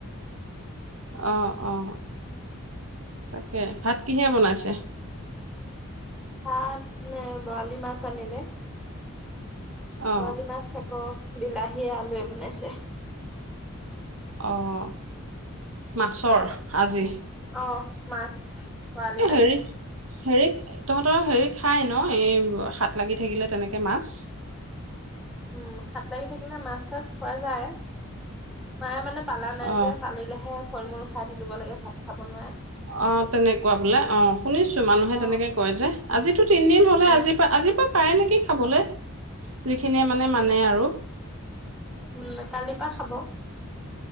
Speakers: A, on the right; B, in the centre.
A: অ অ।
B: উম।
A: তাকে ভাত কিহে বনাইছে?
B: ভাত বৰালি মাছ আনিলে।
A: অ
B: বৰালি মাছ আকৌ বিলাহীয়ে আলুৱে বনাইছে।
A: আহ মাছৰ আজি।
B: অ মাছ বৰালি
A: এ
B: মাছ।
A: হেৰি হেৰি তহঁতৰ হেৰি খাই ন এই হাত লাগি থাকিলে তেনেকে মাছ। হয়।
B: উম হাত লাগি থাকিলে মাছ চাছ হয় যায় মায়ে মানে পালা নাই
A: অ
B: যে পালিলেহে ফল মূল খাই থাকিব লাগে ভাত খাব নোৱাৰে।
A: অ তেনেকুৱা বোলে অ শুনিছো মানুহে
B: অ
A: তেনেকে কয় যে আজি টো তিনদিন হলে
B: উম
A: আজি পৰা আজি পৰা পায় নেকি খাবলে যিখিনিয়ে মানে মানে আৰু।
B: উম কালিৰ পা খাব।